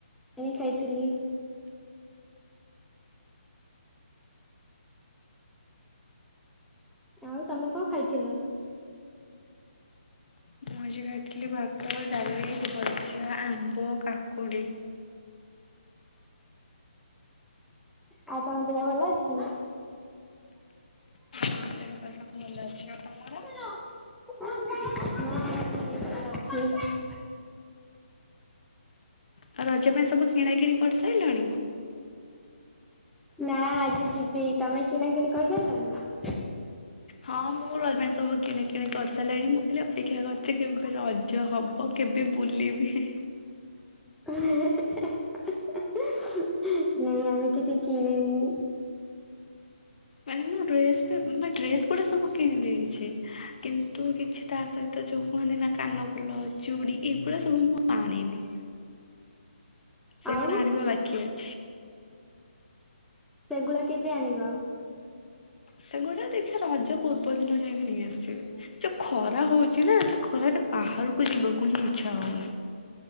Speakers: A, in the centre; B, on the left.
A: ଆଣି ଖାଇଥିଲି। ଆଉ ତମେ କଣ ଖାଇଥିଲ?
B: ମୁଁ ଆଜି ଖାଇଥିଲି ଭାତ ଡାଲି ଭଜା ଆମ୍ବ କାକୁଡି।
A: ଆଉ ତମ ଦେହ ଭଲ ଅଛି?
B: ହଁ ଦେହ ପା ସବୁ ଭଲ ଅଛି ଆଉ ତମର?
A: ହଁ ମୋର ବି ଭଲ ଅଛି।
B: ଆଉ ରଜ ପାଇଁ ସବୁ କିଣା କିଣି କରିସାଇଲଣି।
A: ନାଁ ଆଜି ଯିବି ତମେ କିଣା କିଣି କରିସାରିଲଣି?
B: ହଁ ମୁଁ ରଜ ପାଇଁ ସବୁ କିଣା କିଣି କରିସାରିଲାଣି ମୁଁ ଖାଲି ଅପେକ୍ଷା କରିଚି କେବେ ରଜ ହବ। ଆଉ କେବେ ବୁଲିବି।
A: ନାଇଁ ଆମେ କିଛି କିଣିନୁ।
B: ମାନେ ମୁଁ ଡ୍ରେସ ଡ୍ରେସ ଗୁଡା ସବୁ କିଣି ଦେଇଛି। କିନ୍ତୁ କିଛିଟା ତା ସହିତ ଯୋଉ କୁହନ୍ତି ନାଁ କାନ ଫୁଲ ଚୁଡି ଏଗୁଡା ସବୁ ମୁଁ ଆଣିନି
A: ଆଉ
B: ସେଗୁଡା ଆଣିବା ବାକି ଅଛି।
A: ସେଗୁଡା କେବେ ଆଣିବ?
B: ସେଗୁଡା ଦେଖିବା ରଜ ପୂର୍ବ ଦିନ ଯାଇକି ନେଇ ଆସିବି। ଯୋଉ ଖରା ହଉଛି ନା ସେ ଖରାରେ ବାହାରକୁ ଯିବାକୁ ହିଁ ଇଚ୍ଛା ହଉନି।